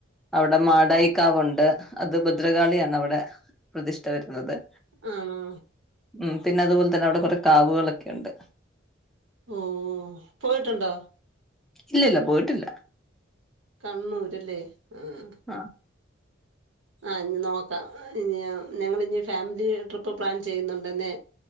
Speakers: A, in the centre; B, on the right.
A: അവിടെ മാടൈക്കാവൊണ്ട് അത് ഭദ്രകാളിയാണ് അവിടെ പ്രതിഷ്ട്ട വരുന്നത്-
B: ആണോ?
A: മ് പിന്നതുപോൽ തന്നെ അവിടെ കൊറേ കാവുകളൊക്കെ ഒണ്ട്-
B: ഓഹ് പോയിട്ടൊണ്ടോ?
A: ഇല്ലില്ല പോയിട്ടില്ല-
B: കണ്ണൂര് ല്ലേ? <unintelligible>
A: ആ
B: അഹ് ഇനിനോക്ക ഇനി ഞ ഞങ്ങളിനി ഫാമിലി ട്രിപ്പ്‌ പ്ലാൻ ചെയ്യുന്നുണ്ടെന്നേ